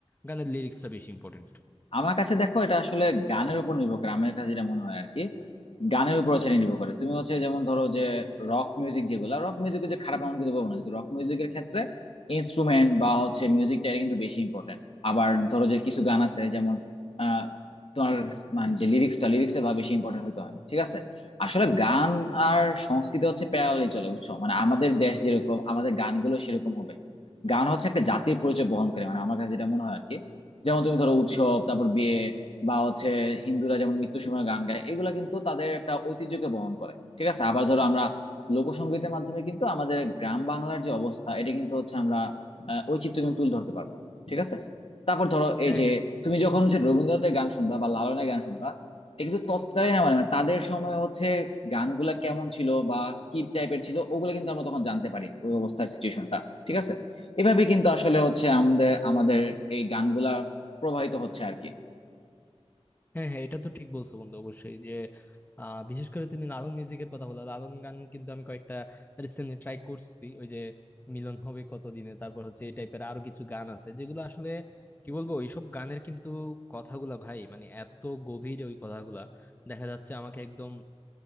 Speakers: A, on the left (about 20°); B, on the left (about 60°).
A: গানের লিরিক্সটা বেশি ইম্পর্টেন্ট
B: আমার কাছে দেখো এটা আসলে গানের উপর নির্ভর করে আমার কাছে যেটা মনে হয় আর কি গানের উপর হচ্ছে নির্ভর করে তুমি হচ্ছে যেমন ধরো যে রক মিউজিক যেগুলো রক মিউজিক যে খারাপ এমন কিন্তু বলবো না কিন্তু রক মিউজিকের ক্ষেত্রে ইনস্ট্রুমেন্ট বা হচ্ছে মিউজিকটা এটা কিন্তু বেশি ইম্পর্টেন্ট আবার ধরো যে কিছু গান আছে যেমন আহ তোমার মানে যে লিরিক্সটা লিরিক্সে বা বেশি ইম্পর্টেন্ট হইতে হয় ঠিক আছে আসলে গান আর সংস্কৃতি হচ্ছে প্যারালালি চলে বুঝছো মানে আমাদের দেশ যেরকম আমাদের গানগুলো সেরকম হবে গান হচ্ছে একটা জাতির পরিচয় বহন করে মানে আমার কাছে যেটা মনে হয় আর কি যেমন তুমি ধরো উৎসব তারপর বিয়ে বা হচ্ছে হিন্দুরা যেমন মৃত্যুর সময় গান গায় এগুলা কিন্তু তাদের একটা ঐতিহ্যকে বহন করে ঠিক আছে আবার ধরো আমরা লোকসঙ্গীতের মাধ্যমে কিন্তু আমাদের গ্রাম বাংলার যে অবস্থা এটা কিন্তু হচ্ছে আমরা আহ, ঐচিত্র্য কিন্তু তুলে ধরতে পারবো ঠিক আছে তারপর ধরো এই
A: হ্যাঁ
B: যে
A: হ্যাঁ
B: তুমি যখন হচ্ছে রবীন্দ্রনাথের গান শুনবা বা লালনের গান শুনবা এটা কিন্তু তৎকালীন আমার মানে তাদের সময় হচ্ছে গানগুলা কেমন ছিল বা কি টাইপের ছিল ওগুলো কিন্তু আমরা তখন জানতে পারি ওই অবস্থার সিচুয়েশনটা ঠিক আছে এভাবে কিন্তু আসলে হচ্ছে আমাদের আমাদের এই গানগুলা প্রবাহিত হচ্ছে আর কি
A: হ্যাঁ হ্যাঁ এটা তো ঠিক বলছো বন্ধু অবশ্যই যে আহ, বিশেষ করে তুমি লালন মিউজিকের কথা বলো লালন গান কিন্তু আমি কয়েকটা রিসেন্টলি ট্রাই করছি ওই যে মিলন হবে কতদিনে তারপর হচ্ছে এই টাইপের আরো কিছু গান আছে যেগুলো আসলে কি বলবো এইসব গানের কিন্তু কথাগুলা ভাই মানে এত গভীর ওই কথাগুলা দেখা যাচ্ছে আমাকে একদম